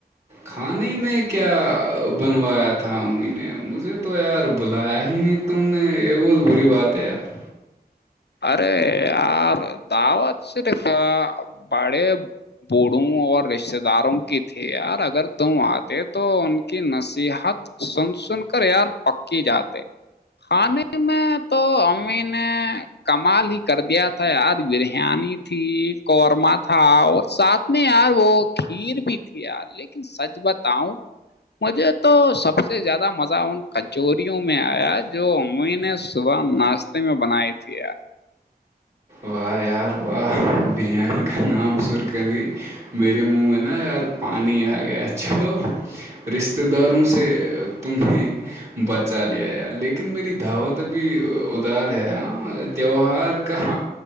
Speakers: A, on the right (about 40°); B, on the left (about 80°).
A: کھانے میں کیا بنوایا تھا تھا امی نے مجھے تو یار بلایا ہی نہیں تم نے یہ بہت بری بات ہے یار
B: ارے یار دعوت سے د بڑے بوھو اور رشتتے داروں کی تھی یار اگر تم آتے تو ان کی نصیحت سن سن کر یار پکی جاتے کھانے میں تو امی نے کمال ہی کر دیا تھا یاج بریانی تھی قورمہ تھا اور ساتھ میں یار وہ کھیر بھی تھی یار لیکن سچ بتاؤں مجھے تو سب سے سب سے زیادہ مزہ ان کچوریوں میں آیا جو ا نے صبح ناشتے میں بنائی تھی ت <unintelligible>
A: واہ یار واہ بریانی کا نام سر کری میرے منہ میں نا یار پانی آ گیا چلو رشتے داروں سے سے تم نے <unintelligible> بچا لیا یار لیکن میری دعوتبھی ادار ہے ہاں تیوہار کہاں